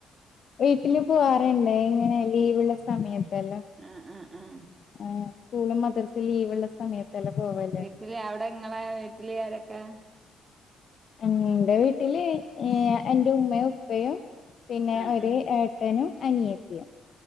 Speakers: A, on the left; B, on the right.
A: വീട്ടില് പോവാറുണ്ടേ ഇങ്ങനെ ലീവ്ള്ള സമയത്തല്ലാം
B: ആഹ് ആഹ് ആഹ്
A: ആ സ്കൂളും മദഴ്സ് ലീവ് ഉള്ള സമയത്തല്ല പോവലുണ്ട്
B: വീട്ടില് അവിടെ ഇങ്ങളെ വീട്ടിൽ ആരൊക്കെ
A: എന്റെ വീട്ടില് എൻ്റെ ഉമ്മയും ഉപ്പയും പിന്നെ
B: ആഹ്
A: ഒരു
B: ആഹ്
A: ഏട്ടൻ ട്ടനും അനിയത്തിയും